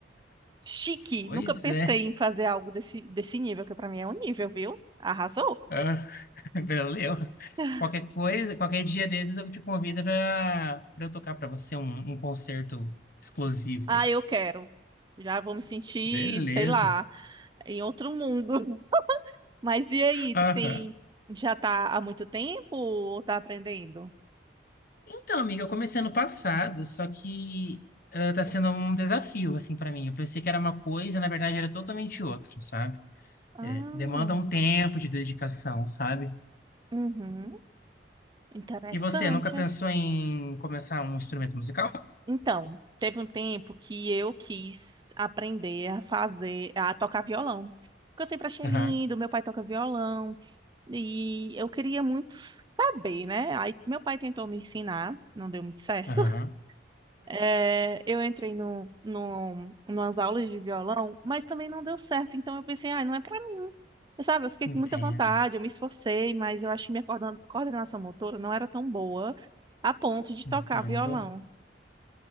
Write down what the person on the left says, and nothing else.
Pois
é,
ah, <laughs> valeu.
Qualquer coisa, qualquer dia desses eu te convido para eu tocar para você um, um concerto exclusivo
aí.
Beleza.
Aham.
Então, amiga, eu comecei ano passado, só que ah, tá sendo um desafio, assim, para mim. Eu pensei que era uma coisa, na verdade era totalmente outra, sabe?
É, demanda um tempo de dedicação, sabe?
E você nunca pensou em começar um instrumento musical?
Aham,
aham,
entendo,
entendo.